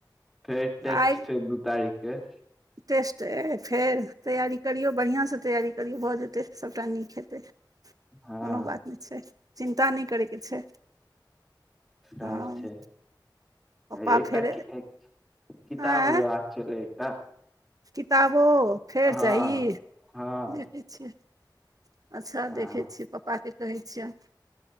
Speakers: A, in the centre; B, on the right.
A: फेर टेस्ट
B: आइ
A: छै दू तारीखके
B: टेस्ट अइ फेर तैयारी करियौ बढ़िआँसँ तैयारी करियौ भऽ जेतै सभटा नीक हेतै कोनो
A: हँ
B: बात नहि छै चिन्ता नहि करैके छै
A: सैह
B: हँ
A: छै
B: पप्पा
A: एकटा
B: फेर
A: किताब
B: आँय
A: लेबाक छलै एकटा
B: किताबो फेर
A: हँ
B: चाही
A: हँ
B: देखै छियै अच्छा देखै
A: आ
B: छियै पप्पाकेँ कहै छियैन